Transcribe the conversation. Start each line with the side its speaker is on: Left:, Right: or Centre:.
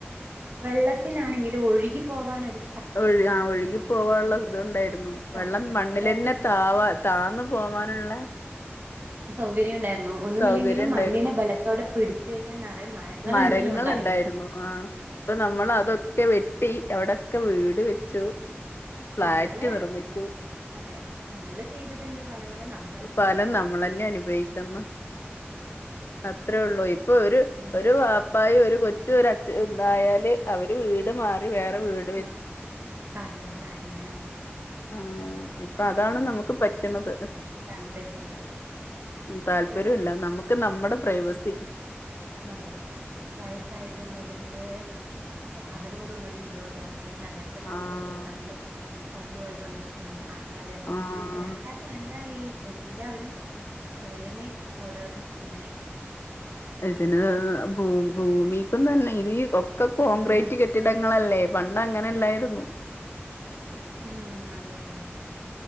Right: വെള്ളത്തിനാണെങ്കില് ഒഴുകി പോവാനൊര്
Left: ഒഴ് ആഹ് ഒഴുകി പോകാന്ള്ള ഇതുണ്ടായ്ര്ന്നു
Right: സ്ഥല
Left: വെള്ളം മണ്ണിലെന്നെ
Right: പോരാത്തെ
Left: താവാ താന്ന് പോവാന്ള്ളെ
Right: സൗകര്യണ്ടായിരുന്നു ഒന്നുല്ലെങ്കിലും
Left: സൗകര്യം ഉണ്ടായിരുന്നു
Right: മണ്ണിനെ ബെലത്തോടെ പിടിച്ച് വെക്കാൻ നറെ മഴ ങ്ങളെങ്കിലുണ്ടായിരുന്നു
Left: മരങ്ങളുണ്ടായിരുന്നു ആഹ് പ്പനമ്മളതൊക്കെ വെട്ടി അവ്ടെ ക്കെ വീട്
Right: ഉം
Left: വെച്ചു ഫ്ളാറ്റ്
Right: നമ്മള്
Left: നിർമ്മിച്ചു
Right: അതെ നമ്മൾ ചെയ്തതിന്റെ ഫലങ്ങൾ നമ്മ
Left: ഫലം നമ്മളെന്നെ അനുഭവിക്ക്ന്ന് അത്രേയൊള്ളൂ ഇപ്പൊര്
Right: ഉം
Left: ഒരു വാ പ്പായും ഒരു കൊച്ചും ഒരച്ചനും ണ്ടായാല് അവര് വീട് മാറി വേറെ വീ
Right: ആഹ് കാര്യാണ് കാര്യാണ്
Left: ആഹ് ഇപ്പ അതാണ് നമുക്ക് പറ്റ്ന്നത്
Right: താല്പര്യല്ലാ
Left: താല്പര്യമില്ല
Right: ഇഷ്ടല്ലാ
Left: നമുക്ക് നമ്മടെ പ്രൈവസി
Right: അതെ വയസ്സായിട്ടുള്ളതിൻ്റെ അവരോടുള്ളൊരു വിരോധാണ് അല്ലെങ്കി അവർടെ വാക്ക്കൾ അല്ലെങ്കി അന്നേരത്തെ വാക്കുകൾ
Left: ആഹ്
Right: കേൾക്കാനുള്ള മടി സ്വന്തായ്ട്ടുള്ള ഇഷ് ടം അഹങ്കാരം
Left: ആഹ്
Right: എല്ലാം കാരണവാണ് ന്തായി എല്ലാവരും സ്വയമേ ഓരോന്ന് ചെയ്യാനായി
Left: ഇതിന് ഭൂ ഭൂമിപ്പം തന്നെ ഇനി ഒക്കെ കോൺക്രീറ്റ്
Right: ഉം
Left: കെ ട്ടിടങ്ങളല്ലേ പണ്ടങ്ങനെല്ലായിരുന്നു
Right: ഉം അതെ അതെ